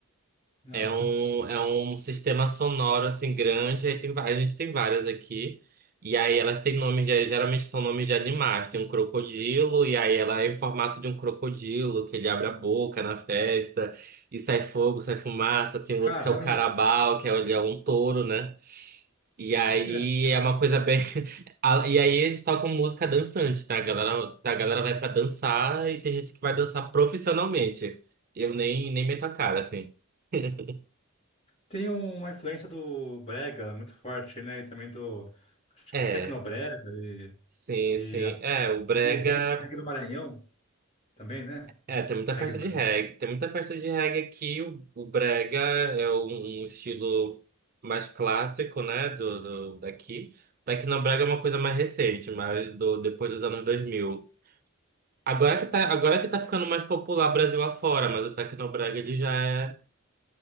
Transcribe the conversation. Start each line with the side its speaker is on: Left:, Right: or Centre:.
Left: Não,
Right: É um,
Left: não.
Right: é um sistema sonoro, assim, grande, aí tem, va- a gente tem várias aqui, e aí elas têm nomes, de, geralmente são nomes de animais, tem um crocodilo, e aí ela é em formato de um crocodilo, que ele abre a boca na festa, e sai fogo, sai fumaça, tem
Left: Caramba,
Right: outro que é o carabao, que é, ele é um touro, né? E
Left: <laughs>
Right: aí
Left: que é, caramba.
Right: é uma coisa bem. <laughs> a- E aí eles tocam música dançante, tá? A galera, a galera vai pra dançar e tem gente que vai dançar profissionalmente. Eu nem, nem meto a cara, assim. <laughs>
Left: Tem uma influência do brega muito forte, né? E também do, acho
Right: É,
Left: que tecnobrega e,
Right: sim, sim.
Left: e, a-
Right: É, o Brega.
Left: e o reggae, do reggae do Maranhão também, né?
Right: É, tem muita
Left: Reggae
Right: festa
Left: do Maranhão.
Right: de reggae. Tem muita festa de reggae aqui. O, o Brega é um, um estilo mais clássico, né? Do, do, daqui. Daqui no Brega é uma coisa mais recente, mas do, depois dos anos dois mil Agora que tá, agora que tá ficando mais popular Brasil afora, mas o Tecnobrega ele já é,